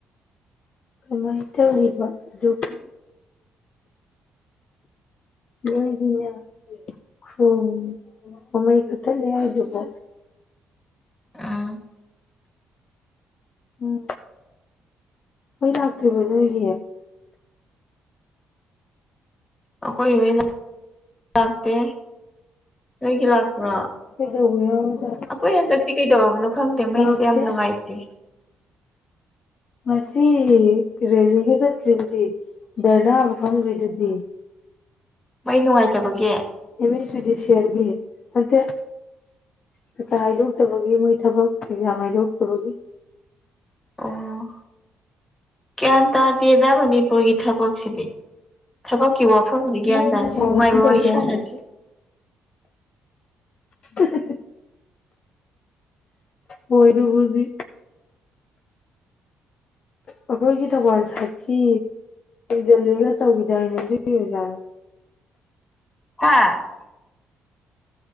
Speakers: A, on the left; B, on the left.
A: ꯀꯃꯥꯏꯅ ꯇꯧꯔꯤꯕ ꯑꯗꯨꯒ ꯂꯣꯏꯒꯤꯥ ꯍ ꯃꯃꯥꯏ ꯀꯊ ꯂꯩ ꯍꯥꯏꯖꯕꯣ
B: ꯑꯥ
A: ꯎꯝ ꯍꯣꯏ ꯂꯥꯛꯇ꯭ꯔꯤꯕ ꯅꯣꯏꯒꯤ
B: ꯑꯩꯈꯣꯏ ꯏꯉꯩ ꯂꯥꯛꯇꯦ ꯅꯣꯏꯒꯤ ꯂꯥꯛꯄ꯭ꯔꯣ
A: ꯀꯩꯗꯧꯕ ꯌꯥꯎꯔꯖꯥꯠꯅꯣ
B: ꯑꯩꯈꯣꯏ ꯍꯟꯗꯛꯇꯤ ꯀꯩꯗꯧꯔꯕꯅꯣ ꯈꯪꯗꯦ ꯃꯩꯁꯦ
A: ꯂꯥꯛꯇꯦ
B: ꯌꯥꯝ ꯅꯨꯡꯉꯥꯏꯇꯦ
A: ꯉꯁꯤ ꯔꯦꯂꯤꯒ ꯆꯠꯈ꯭ꯔꯤꯕꯗꯤ ꯗꯔꯗꯥ ꯃꯐꯝꯒꯤꯩꯗꯗꯤ
B: ꯃꯩ ꯅꯨꯡꯉꯥꯏꯇꯕꯒꯤ
A: ꯏꯃꯤ ꯗꯁꯤ ꯍꯥꯏꯕꯤ ꯑꯗ ꯀꯩꯀꯥ ꯍꯥꯏꯗꯣꯛꯇꯕꯒꯤ ꯃꯣꯏ ꯊꯕꯛ ꯑꯦꯛꯖꯥ ꯍꯥꯏꯗꯣꯛꯇꯕꯒꯤ
B: ꯑꯣ ꯒ꯭ꯌꯥꯟ ꯇꯥꯗꯦꯗ ꯃꯅꯤꯄꯨꯔꯒꯤ ꯊꯕꯛꯁꯤꯗꯤ ꯊꯕꯛꯀꯤ ꯋꯥꯐꯝꯁꯤꯦ ꯒ꯭ꯌꯥꯟ
A: ꯅꯪꯁꯨ
B: ꯇꯥꯗꯦ
A: ꯊꯥꯒꯨꯝ
B: ꯅꯨꯡꯉꯥꯏꯕ ꯋꯥꯔꯤ
A: ꯇꯧꯗꯥꯏꯅꯦ
B: ꯁꯥꯟꯅꯁꯤ
A: <unintelligible> ꯑꯣꯏꯣꯏꯗꯨꯕꯨꯕꯤ ꯑꯩꯈꯣꯏꯒꯤ ꯊꯧꯕꯥꯜ ꯁꯥꯏꯠꯀꯤ ꯗꯦꯜꯂꯤꯒ ꯇꯧꯈꯤꯗꯥꯏꯅꯦ ꯍꯧꯖꯤꯛꯒꯤ ꯑꯣꯖꯥꯅꯣ
B: ꯍꯥ